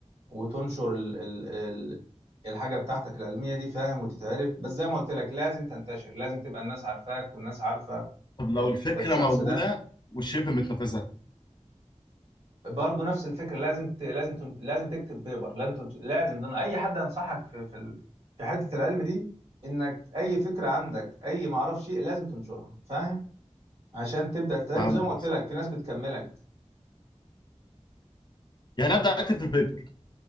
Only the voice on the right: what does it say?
وتنشر ال... ال... ال... الحاجة بتاعتك العلمية دي فاهم وتتعرف بس زي ما قلت لك لازم تنتشر لازم تبقى الناس عارفاك والناس عارفة
ان
انت الشخص
ده
برضه نفس الفكره لازم ت... لازم تن... لازم تكتب بيبر لازم تنش... لازم ده أنا اي حد ينصحك في في ال... في حته العلم دي انك اي فكره عندك اي ما اعرفش إيه، لازم تنشرها فاهم عشان تبدا تعرف
زي ما قلت لك في ناس بتكملك